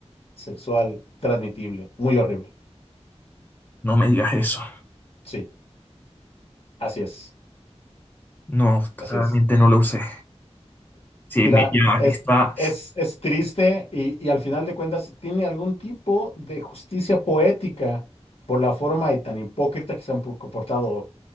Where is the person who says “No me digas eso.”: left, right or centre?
Left